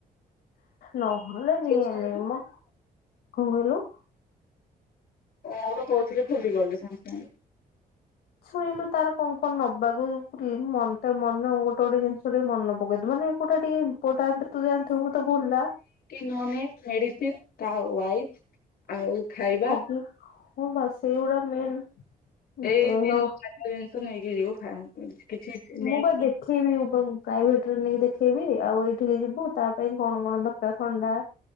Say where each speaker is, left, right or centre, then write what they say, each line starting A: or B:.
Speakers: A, on the left; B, on the left.
A: ନହଲେ
B: ସିଏ
A: ନିଏନି
B: ସେମିତି
A: ମ କଣ କହିଲୁ।
B: କଣ ଗୋଟେ କହୁଥିଲି ଭୁଲି ଗଲି ସାଙ୍ଗେ ସାଙ୍ଗେ।
A: ଶୁଣିଲୁ ତାର କଣ କଣ ନବାକୁ କ୍ରିମ ମନେତ ମାନେ ଗୋଟେ ଗୋଟେ ଜିନିଷ ଟିକେ ମନେ ପକେଇଦବୁ ମାନେ କୋଉଟା ଟିକେ ଇମ୍ପୋର୍ଟାଣ୍ଟ ତୁ ଜାଣିଥିବୁ ତ ଭୁଲା
B: ନଲେ ମେଡିସି ତା ୱାଇପ୍ ଆଉ ଖାଇବା
A: ହଗି ହଁ ବା ସେଇଗୁଡା ମେନ୍
B: ଏଇଟିନ୍
A: ଦେହ
B: ଖା ଖାଇବା ଜିନିଷ ନେଇକି ଯିବୁ ଖାଇଁ କିଛି ନେଇକି
A: ମୁଁ ବା
B: ଯା
A: ଦେଖେଇବି ତାକୁ ପ୍ରାଇଭେଟରେ ନେଇକି ଦେଖେଇବି ଆଉ ଏଇଠିକି ଯିବୁ ତା ପାଇଁ କଣ କଣ ଦରକାର ଥଣ୍ଡା